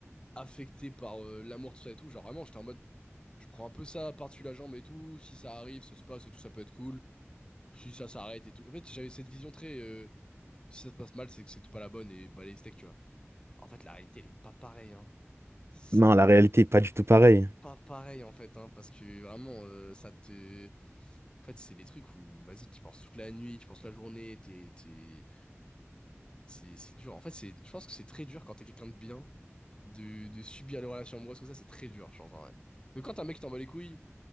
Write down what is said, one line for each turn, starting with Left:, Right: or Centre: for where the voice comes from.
Left: affecté par euh, l'amour, tout ça et tout. Genre, vraiment, j'étais en mode. Je prends un peu ça par-dessus la jambe et tout. Si ça arrive, ça se passe et tout, ça peut être cool. Si ça s'arrête et tout. En fait, j'avais cette vision très. euh, si ça se passe mal, c'est que c'était pas la bonne et bah les steaks, tu vois. En fait, la réalité, elle est pas pareille, hein. C'est
Right: Non, la réalité est pas du tout pareille.
Left: pas pareil, en fait, hein, parce que vraiment, euh, ça te. En fait, c'est des trucs où, vas-y, tu penses toute la nuit, tu penses la journée, t'es, t'es... C'est, c'est dur. En fait, c'est, je pense que c'est très dur quand t'es quelqu'un de bien, de, de subir les relations amoureuses comme ça, c'est très dur, je pense, en vrai. Mais quand t'as un mec qui t'en bat les couilles,